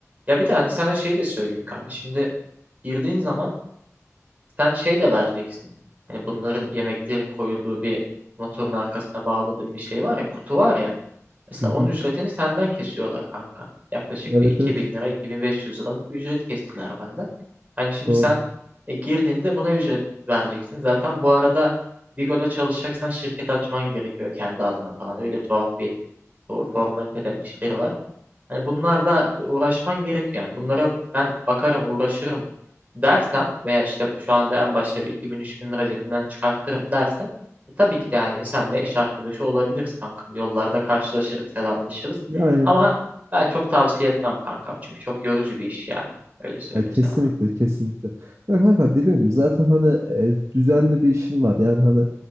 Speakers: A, on the right; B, on the right.
A: Ya bir de hani sana şey de söyleyeyim kanka. Şimdi girdiğin zaman Sen şey de vereceksin. Hani bunların yemeklerin koyulduğu bir motorun arkasına bağladığın bir şey var ya, kutu var ya. Mesela
B: Hı hı.
A: onun ücretini senden kesiyorlar kanka. Yaklaşık
B: Evet
A: bir iki
B: evet
A: bin lira, 2500 liralık bir ücret kestiler benden. Hani şimdi
B: doğru.
A: sen e, girdiğinde buna ücret vereceksin. Zaten bu arada Vigo'da çalışacaksan şirket açman gerekiyor kendi adına falan. Öyle tuhaf bir o formaliteden işleri var. Hani bunlarla uğraşman gerek yani. Bunlara ben bakarım, uğraşırım dersen veya işte şu anda en başta bir iki bin üç bin lira cebimden çıkartırım dersen e, tabii ki de hani senle iş arkadaşı olabiliriz kankam. Yollarda karşılaşırız, selamlaşırız.
B: Yani
A: Ama ben çok tavsiye etmem kankam. Çünkü çok yorucu bir iş ya. Öyle söyleyeyim
B: Ya kesinlikle
A: sana.
B: kesinlikle. Ya kanka dediğim gibi zaten hani e, düzenli bir işim var. Yani hani